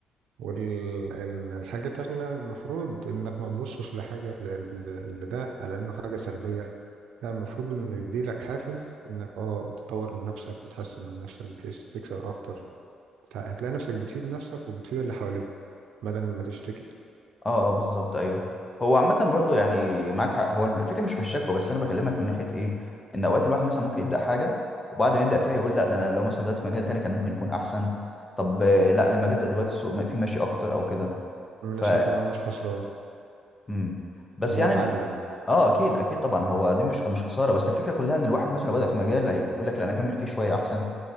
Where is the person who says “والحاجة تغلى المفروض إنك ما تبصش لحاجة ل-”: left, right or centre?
Right